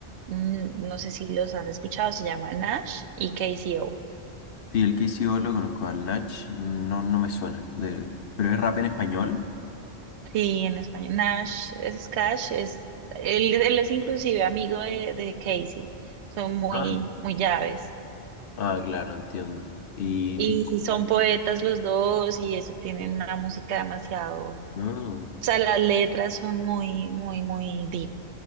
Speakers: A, on the right (about 80°); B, on the left (about 60°).
A: Mm, No sé si los han escuchado, se llama Nash y K C O.
B: Sí, el KCO lo conozco, al Nach, no, no me suena. De, ¿pero es rap en español?
A: Sí, en español. Nash es Cash, es, él, él es inclusive amigo de, de Casey. Son muy,
B: Ah,
A: muy llaves.
B: Ah, claro, entiendo. Y
A: Y
B: tipo,
A: son poetas los dos y eso tienen una música demasiado. O
B: no.
A: sea, las letras son muy, muy, muy deep.